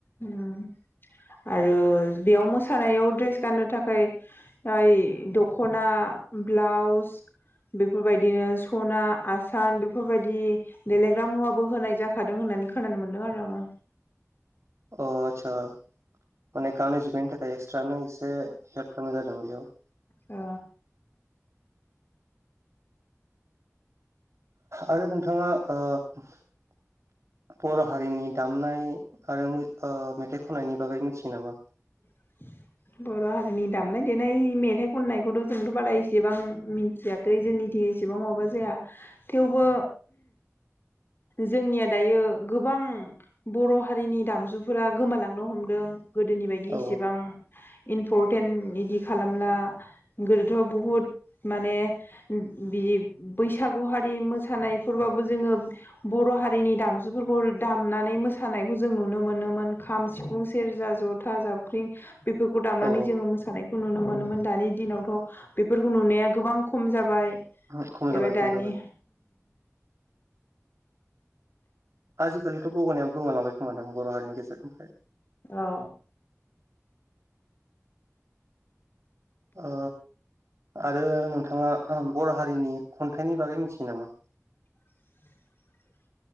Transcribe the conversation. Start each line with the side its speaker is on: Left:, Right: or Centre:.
Left: उम आरो बेयाव मोसानायाव ड्रेस गाननो थाखाय याय द'खना ब्लाउस बेफोरबायदिनो सना आसान बेफोरबायदि देलायग्रा मुवाबो होनाय जाखादों होन नानै खोनानो मोनदों आरो आङो
Right: अ आतसा माने गानै जुनायनि थाखाय एक्सट्रा नों एसे हेल्प खालामनाय जादों इयाव
Left: ओ
Right: आरो नोंथाङा ओ बर' हारिनि दामनाय आरो मै ओ मेथाइ खननायनि बागै मिथियो नामा
Left: <inaudible> बर' हारिनि दामनाय देनाय मेथाइ खननायखौथ' जोंथ' बारा इसेबां मिथियाखै जोंनि दि इसेबां माबा जाया थेवबो जोंनिया दायो गोबां बर' हारिनि दामजुफोरा गोमालांनो हमदों गोदोनि बायदि
Right: औ
Left: इसेबां इम्परटेन्ट इदि खालामला गोदोथ' बुहुद माने बिदि बैसागु हारि मोसानायफोरबाबो जोङो बर' हारिनि दामजुफोरखौ दामनानै मोसानायखौ जों नुनो मोनोमोन खाम सिफुं सेरजा जथा जाबख्रिं बेफोरखौ दामनानै
Right: औ
Left: जोङो मोसानायखौ नुनो मोनोमोन दानि दिनावथ' बेफोरखौ नुनाया गोबां खम जाबाय।
Right: औ खम जाबाय
Left: एबा
Right: खम
Left: दानि
Right: जाबाय आजिखालिथ' गगनायाबो गोमालांबाय खोमादां बर' हारिनि गेजेरनिफ्राय
Left: ओ।
Right: ओ आरो नोंथाङा बर' हारिनि खन्थाइनि बागै मिथियो नामा?
Left: <inaudible>